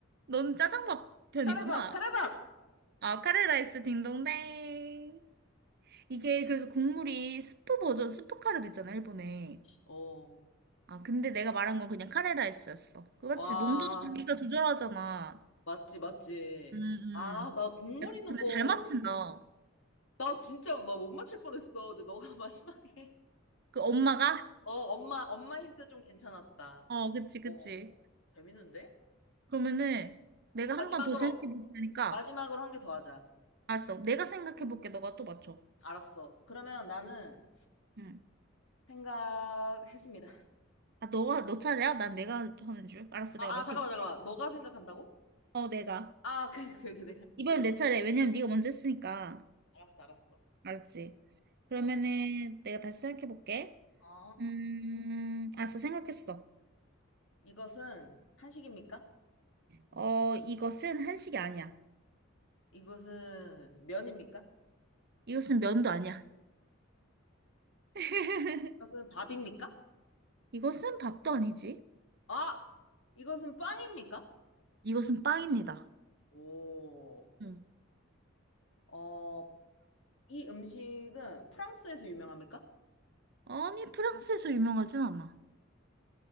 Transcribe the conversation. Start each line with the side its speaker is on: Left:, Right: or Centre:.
Right: 넌 짜장밥 편이구나.
Left: 카레밥 카레밥
Right: 아 카레라이스 딩동댕. 이게 그래서 국물이 스프 버전 스프 카레도 있잖아 일본에.
Left: 어.
Right: 아 근데 내가 말한 건 그냥 카레라이스였어. 그 맞지?
Left: 와
Right: 농도도 자기가 조절하잖아.
Left: 맞지 맞지
Right: 음, 음.
Left: 아 나 국물
Right: 야,
Left: 있는
Right: 근데
Left: 거
Right: 잘 맞춘다.
Left: 나 진짜 나 못 맞힐 뻔했어 근데 너가 <laughs> 마지막에
Right: 그 엄마가?
Left: 어 엄마 엄마 힌트 좀 괜찮았다
Right: 어, 그치, 그치.
Left: 어 재밌는데?
Right: 그러면은 내가
Left: 마지막으로
Right: 한 번 더 생각해 볼 테니까.
Left: 마지막으로 한 개 더 하자
Right: 알았어. 내가 생각해 볼게. 너가 또 맞춰.
Left: 알았어. 그러면 나는
Right: 응.
Left: 생각했습니다.
Right: 아, 너가, 너 차례야? 난 내가 하는 줄. 알았어.
Left: 아,
Right: 내가 맞춰
Left: 아, 잠깐만,
Right: 볼게.
Left: 잠깐만. 너가 생각한다고?
Right: 어, 내가.
Left: 아, <laughs> 그, 그, 그, 내가.
Right: 이번엔 내 차례. 왜냐면 네가 먼저 했으니까.
Left: 알았어, 알았어.
Right: 알았지? 그러면은
Left: 어,
Right: 내가 다시 생각해 볼게.
Left: 어.
Right: 음, 알았어. 생각했어.
Left: 이것은 한식입니까?
Right: 어, 이것은 한식이 아니야.
Left: 이것은 면입니까?
Right: 이것은 면도 아니야. <laughs>
Left: 이것은 밥입니까?
Right: 이것은 밥도 아니지.
Left: 아! 이것은 빵입니까?
Right: 이것은 빵입니다.
Left: 오,
Right: 응.
Left: 어, 이 음식은 프랑스에서 유명합니까?
Right: 아니, 프랑스에서 유명하진 않아.